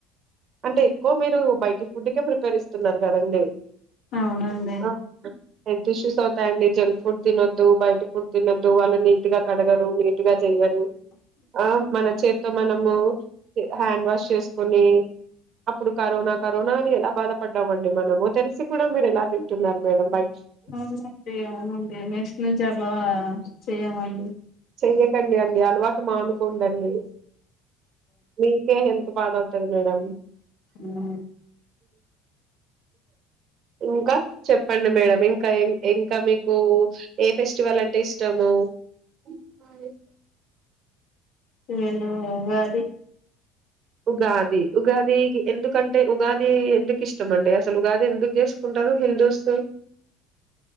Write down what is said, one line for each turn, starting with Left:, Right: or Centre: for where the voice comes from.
Right: అంటే ఎక్కువ మీరు బయటి ఫుడ్కే ప్రిపేర్ ఇస్తున్నారు కదండి
Left: అవునండి
Right: ఆ! హెల్త్ ఇష్యూస్ అవుతాయండి. జంక్ ఫుడ్ తినొద్దు. బయట ఫుడ్ తినొద్దు. వాళ్ళు నీట్ గా కడగరు నీట్గా చెయ్యరు. ఆ మన చే తో మనము హ్యాండ్ వాష్ చేసుకొని అప్పుడు కరోనా కరోనా అని ఎలా బాధపడ్డామండి మనము తెలిసి కూడా మీరు ఎలా తింటున్నారు మేడం బయ
Left: అవునండి అవునండి నెక్స్ట్ నుంచి అట్లా చేయమండి
Right: చెయ్యకండి అండి అలవాటు మానుకోండండి మీకే హెల్త్ పాడవుతది మేడమ్
Left: హ్మ్
Right: ఇంకా చెప్పండి మేడం ఇంకా ఇంకా మీకు ఏ ఫెస్టివల్ అంటే ఇష్టము. <inaudible>
Left: ఏను ఉగాది
Right: ఉగాది ఉగాది ఎందుకంటే ఉగాది ఎందుకు ఇష్టమండి అసలు ఉగాది ఎందుకు జేసుకుంటారు హిందుస్